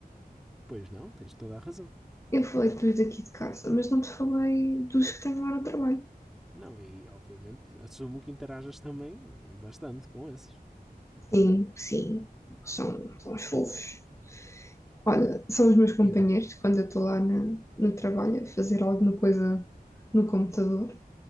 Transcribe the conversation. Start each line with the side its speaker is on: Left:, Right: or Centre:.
Centre: Pois não, tens toda a razão.
Left: Eu falei dos daqui de casa, mas não te falei dos que tenho lá no trabalho.
Centre: Não, e obviamente assumo que interajas também bastante com esses.
Left: Sim, sim, são, são os fofos. Olha, são os meus companheiros
Centre: E então?
Left: quando eu estou lá na, no trabalho a fazer alguma coisa no computador.